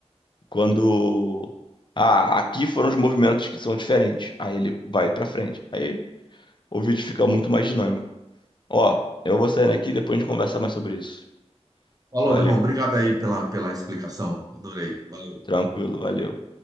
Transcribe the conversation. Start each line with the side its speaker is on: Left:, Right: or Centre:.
Left: quando ah, aqui foram os movimentos que são diferentes. Aí ele vai pra frente. Aí o vídeo fica muito mais dinâmico. Ó, eu vou saindo aqui, depois a gente conversa mais sobre isso.
Right: Falou,
Left: Valeu.
Right: meu irmão. Obrigado aí pela, pela explicação. Adorei. Valeu.
Left: Tranquilo, valeu.